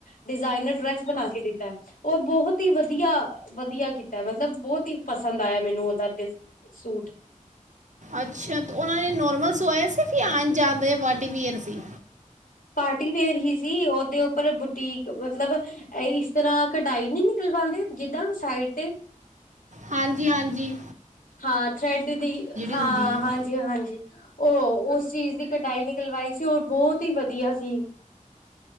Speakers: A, on the left (about 85°); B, on the right (about 60°).
A: ਡਿਜ਼ਾਇਨਰ ਡਰੈਸ ਬਣਾ ਕੇ ਦਿੱਤਾ। ਓ ਬਹੋਤ ਹੀ ਵਧੀਆ-ਵਧੀਆ ਕੀਤਾ, ਮਤਲਬ ਬੋਤ ਈ ਪਸੰਦ ਆਇਆ ਮੈਨੂੰ, ਓਹਦਾ ਤੇ ਸੂਟ
B: ਅੱਛਾ, ਤੇ ਓਨਾਂ ਨੇ ਨੋਰਮਲ ਸਵਾਇਆ ਸੀ, ਆਂਣ ਜਾਣ ਦੇ ਪਾਰਟੀ ਵੀਅਰ ਸੀ?
A: ਪਾਰਟੀ ਵੀਅਰ ਹੀ ਸੀ, ਓਹਦੇ ਉੱਪਰ ਬੁਟੀਕ ਮਤਲਬ ਇਹ ਇਸ ਤਰ੍ਹਾਂ ਕਢਾਈ ਨਹੀਂ ਨਿਕਲ ਵਾਉਂਦੇ ਜਿੱਦਾਂ ਸਾਈਡ ਤੇ
B: ਹਾਂਜੀ-ਹਾਂਜੀ।
A: ਹਾਂ, ਥਰੈਡ ਦੀ ਹਾਂ,
B: ਹੁੰਦੀ ਹੈ
A: ਹਾਂਜੀ ਜੀ ਹਾਂਜੀ, ਓ ਓਸ ਚੀਜ਼ ਦੀ ਕਡਾਈ ਨਿਕਲਵਾਈ ਸੀ, ਓ ਬੋਤ ਈ ਵਧੀਆ ਸੀ।